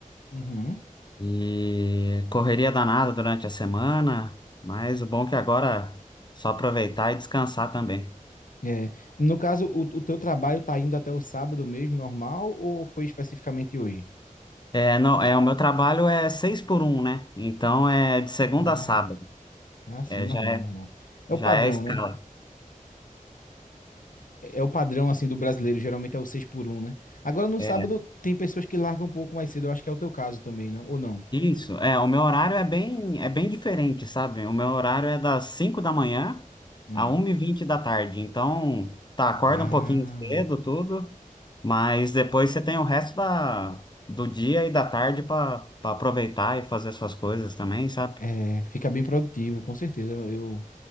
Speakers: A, on the left; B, on the left.
A: Uhum.
B: e correria danada durante a semana, mas o bom é que agora é só aproveitar e descansar também.
A: É. No caso, o, o teu trabalho tá indo até o sábado mesmo, normal, ou foi especificamente hoje?
B: É, não, é, o meu trabalho é seis por um, né? Então é de segunda
A: Ah,
B: a sábado.
A: ah, sim,
B: É,
A: normal,
B: já é,
A: normal. É
B: já
A: o padrão,
B: é a escala.
A: né? é o padrão assim do brasileiro, geralmente é o 6 por um, né? Agora no
B: É,
A: sábado tem pessoas que largam um pouco mais cedo, eu acho que é o teu caso também, não? Ou não?
B: isso. É, o meu horário é bem, é bem diferente, sabe? O meu horário é das 5 da manhã
A: Hum.
B: a 1 e vinte da tarde. Então, tá, acorda
A: Ah,
B: um pouquinho cedo, tudo, mas depois você tem o resto da, do dia e da tarde para aproveitar e fazer suas coisas também, sabe?
A: é, fica bem produtivo, com certeza. Eu,